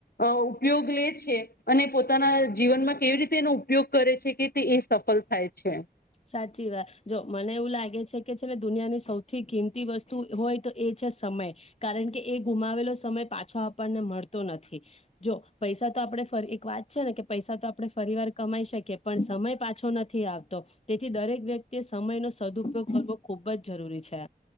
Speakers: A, on the left; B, on the left.
A: અ ઉપયોગ લે છે. અને પોતાના જીવનમાં કેવી રીતે એનો ઉપયોગ કરે છે કે તે એ થાય છે.
B: સાચી વાત જો મને એવું લાગે છે છેકે છે ને દુનિયાની સૌથી કિંમતી વસ્તુ હોય તો એ છે સમય કારણ કે એ ગુમાવેલો સમય પાછો આપણને મળતો નથી જો પૈસા તો આપણે ફરી એક વાત છે ને કે પૈસા તો આપણે ફરી વાર કમાઈ શકીએ પણ સમય પાછો નથી આવતો તેથી દરેક વ્યક્તિએ સમયનો સદઉપયોગ કરવો ખૂબ જ જરૂરી છે.